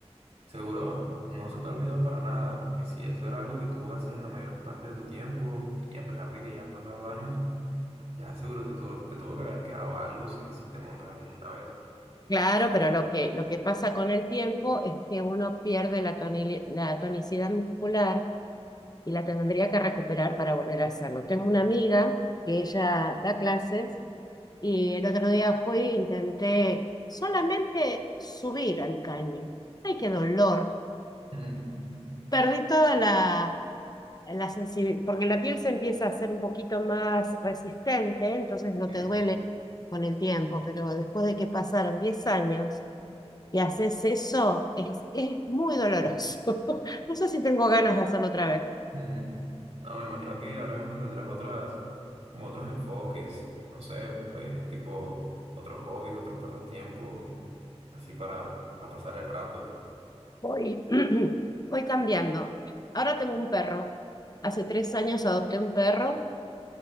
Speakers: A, on the right (about 75°); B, on the left (about 35°).
A: seguro no se te ha olvidado para nada, porque si eso era algo que tú hacías en la mayor parte de tu tiempo y a pesar de que ya han pasado años, ya seguro te, tuvo- te tuvo que haber quedado algo si, si te montas alguna vez.
B: Claro, pero lo que, lo que pasa con el tiempo es que uno pierde la, tonili- la tonicidad muscular y la tendría que recuperar para volver a hacerlo. Tengo una amiga que ella da clases y el otro día fui e intenté solamente subir al caño. ¡Ay, qué dolor!
A: Mm,
B: Perdí toda la, la sensibilidad, porque la piel se empieza a hacer un poquito más resistente, entonces no
A: Sí.
B: te duele con el tiempo, pero después de que pasaron 10 años y haces eso, es, es muy doloroso. <laughs> No sé si tengo ganas de hacerlo otra vez.
A: Mm. No, me imagino que ahora mismo tendrás otras, como otros enfoques, no sé, pues tipo otros hobbies, otros pasatiempos, así para, para pasar el rato.
B: Voy, <clears throat> voy cambiando. Ahora tengo un perro. Hace tres años adopté un perro